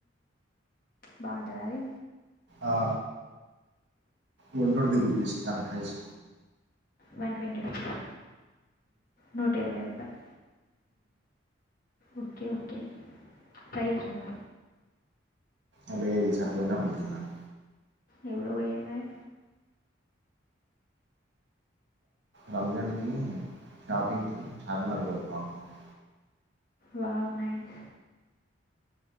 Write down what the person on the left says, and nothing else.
బావుంటదా అది
వన్ ట్వంటీ రూపీసా నూట ఇరవై రూపాయల్ ఓకే ఓకే ట్రై చేసినావా
ఎపుడు పొయ్యెది మరి
వావ్ నైస్